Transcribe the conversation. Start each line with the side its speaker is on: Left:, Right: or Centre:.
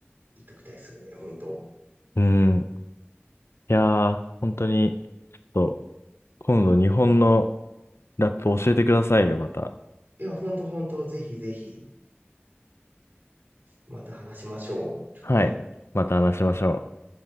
Right: 言っときたいっすよね、本当。
Left: うん。いやー、本当に、そう、今度日本のラップ教えてくださいよ、また。
Right: いやほんとほんと、本当本当ぜひぜひ。また話しましょう。ちょっと。
Left: はい。また話しましょう。